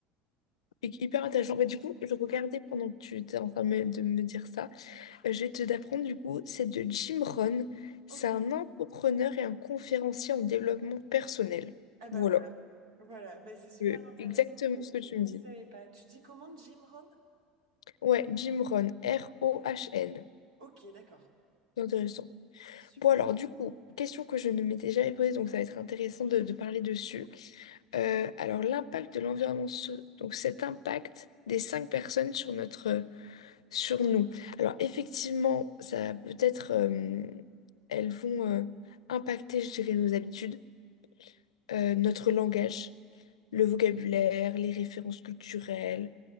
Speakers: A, on the left; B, on the right.
A: Hy- Hyper intéressant. Bah, du coup, je regardais pendant que tu étais en train de me de me dire ça. Euh, je vais te d'apprendre du coup, c'est de Jim Rohn. C'est
B: Ok.
A: un entrepreneur et un conférencier en développement personnel.
B: Ah bah
A: Voilà.
B: voilà. Voilà, bah, c'est super
A: Euh,
B: intéressant
A: exactement
B: parce
A: ce
B: que
A: que tu
B: je ne
A: me dis.
B: savais pas. Tu dis comment Jim Rohn?
A: Ouais, Jim Rohn. R-O-H-N.
B: Ok, d'accord.
A: C'est Intéressant.
B: Super.
A: Bon alors du coup, question que je ne m'étais jamais posée, donc ça va être intéressant de, de parler dessus. Euh, alors l'impact de l'environnement, sur- donc cet impact des cinq personnes sur notre, sur nous. Alors effectivement, ça peut être, euh, elles vont euh, impacter, je dirais, nos habitudes, euh, notre langage, le vocabulaire, les références culturelles,